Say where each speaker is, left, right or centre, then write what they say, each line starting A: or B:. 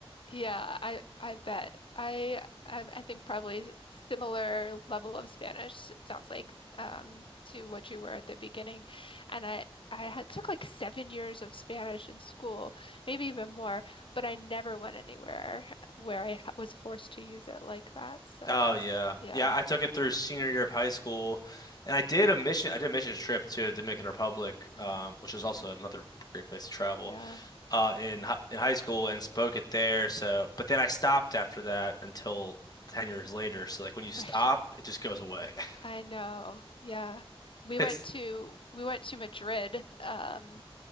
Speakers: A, on the left; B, on the left.
A: Yeah, I I bet. I I, I think probably similar level of Spanish, it sounds like, um, to what you were at the beginning. And I I had, took like seven years of Spanish in school, maybe even more, but I never went anywhere where I ha- was forced to use it like that. So
B: Oh
A: that's,
B: yeah.
A: yeah,
B: Yeah, I took it
A: that's
B: through
A: cool.
B: senior year of high school and I did a mission I did a missions trip to Dominican Republic,
A: Mm,
B: um, which is also another great place to travel.
A: yeah,
B: Uh, in hi- in high school and spoke it there. So, but then I stopped after that until 10 years later. So like when you stop,
A: right.
B: it just goes away. <laughs>
A: I know. Yeah. We
B: It's
A: went to we went to Madrid, um,